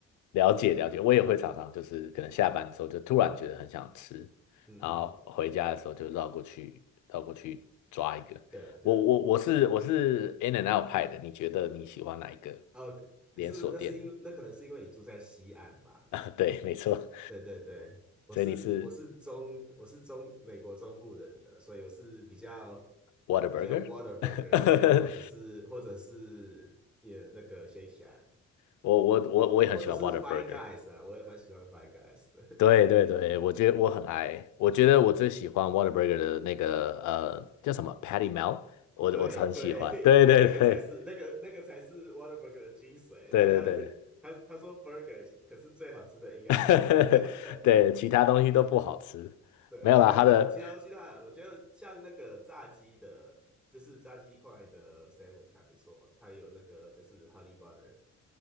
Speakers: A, on the left (about 75°); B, in the centre.
A: 了解了解，我也会常常就是可能下班之后就突然觉得很想吃，
B: 嗯嗯嗯，
A: 然后回家的时候就绕过去绕过去抓一个。
B: 对了，就
A: 我我我是我是 In and Out 派的，你觉得你喜欢哪一个
B: 呃，可是那是因为那可能是因为你住在西岸吧？
A: 连锁店呢 <laughs> 啊，对，没错，
B: 对对对，我是我是中我是中美国中部人的，
A: 所以你是
B: 所以我是比较
A: w h a t e r
B: 比较
A: b u r g e
B: Whataburger
A: r
B: 啊，或者是或者是也那个 Shake Shack，
A: <laughs> 我我我我也很喜欢
B: 或者是
A: w h a t e
B: Five
A: r b u r g
B: Guys
A: e r
B: 啊，我也蛮喜欢 Five Guys 的。
A: 对对对，我觉得我很爱，我觉得我最喜欢 w h a t e r b u r g e r 的那个呃叫什么 Patty Melt，我我很喜欢。
B: 对对，
A: 对对对
B: <laughs> 那个才是那个那个才是 w a t e r b u r g e r 的精髓。
A: 对对对。
B: 大家他他说 burger，可是最好吃的应该是
A: <laughs>
B: patty m e l
A: 对，其他东西都不好吃，
B: <laughs> 对，
A: 没有啦，
B: 其他都其他东西都还好。
A: 它的
B: 我觉得像那个炸鸡的，就是炸鸡块的 sandwich 还不错，它有那个就是 honey butter。